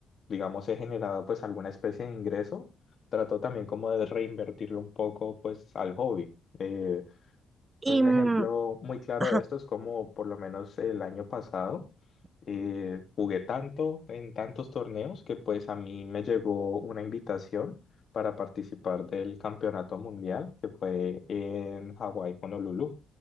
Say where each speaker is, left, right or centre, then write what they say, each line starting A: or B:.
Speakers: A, on the left; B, on the right.
A: digamos, he generado pues alguna especie de ingreso, trato también como de reinvertirlo un poco pues al hobby. Eh, un
B: Y mm,
A: ejemplo muy claro
B: ajá,
A: de esto es como por lo menos el año pasado eh, jugué tanto en tantos torneos que pues a mí me llegó una invitación para participar del campeonato mundial que fue en Hawái, Honolulu.